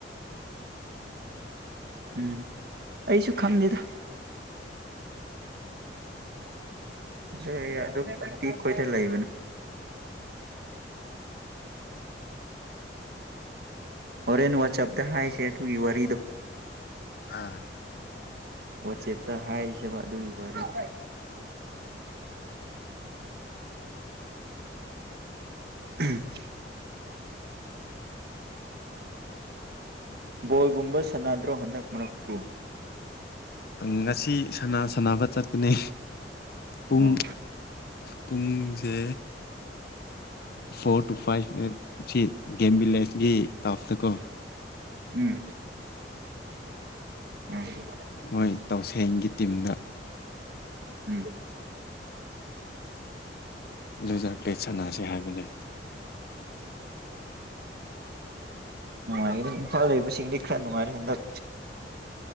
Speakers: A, on the right; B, on the left.
A: ꯎꯝ ꯑꯩꯁꯨ ꯈꯪꯗꯦꯗ ꯕꯖꯥꯔ ꯑꯦꯔꯤꯌꯥ ꯑꯗꯨ ꯑꯟꯇꯤ ꯈꯣꯏꯗ ꯂꯩꯕꯅꯤ ꯍꯣꯔꯦꯟ ꯋꯥꯆꯞꯗ ꯍꯥꯏꯁꯦ ꯑꯗꯨꯒꯤ ꯋꯥꯔꯤꯗꯣ
B: ꯑꯥ
A: ꯋꯥꯆꯦꯞꯇ ꯍꯥꯏꯁꯦꯕ ꯑꯗꯨꯒꯤ ꯋꯥꯔꯤꯗꯣ ꯎꯝ ꯕꯣꯜꯒꯨꯝꯕ ꯁꯥꯟꯅꯗ꯭ꯔꯣ ꯍꯟꯗꯛ ꯃꯛꯄꯨ
B: ꯉꯁꯤ ꯁꯅꯥ ꯁꯥꯟꯅꯕ ꯆꯠꯀꯅꯤ ꯄꯨꯡ
A: ꯑꯣ
B: ꯄꯨꯡꯁꯦ ꯐꯣꯔꯣꯔ ꯇꯨ ꯐꯥꯏꯚ ꯒꯝꯕꯤ ꯂꯩ ꯒꯤ ꯇꯥꯞꯇꯀꯣ
A: ꯎꯝ ꯎꯝ
B: ꯃꯣꯏ ꯇꯧꯁꯦꯡꯒꯤ ꯇꯤꯝꯅ
A: ꯎꯝ
B: ꯂꯣꯏꯖꯥꯛꯄꯦꯠ ꯁꯥꯟꯅꯁꯤ ꯍꯥꯏꯕꯅꯦ
A: ꯅꯨꯡꯉꯥꯏꯒꯗꯅꯤ ꯏꯝꯐꯥꯜ ꯂꯩꯕꯁꯤꯡꯗꯤ ꯈꯔ ꯅꯨꯡꯉꯥꯏꯔꯦ ꯍꯟꯗꯛ